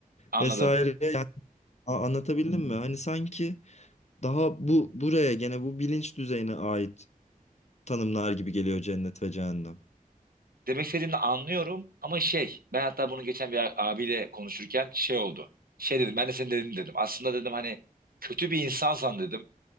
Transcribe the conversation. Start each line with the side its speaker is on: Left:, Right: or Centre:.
Right: Anladım.
Left: vesaire. Yani a- anlatabildim mi? Hani sanki daha bu buraya gene bu bilinç düzeyine ait tanımlar gibi geliyor cennet ve cehennem.
Right: Demek istediğini anlıyorum ama şey ben hatta bunu geçen bir a- abiyle konuşurken şey oldu. Şey dedim ben de senin dediğini dedim. Aslında dedim hani kötü bir insansan dedim.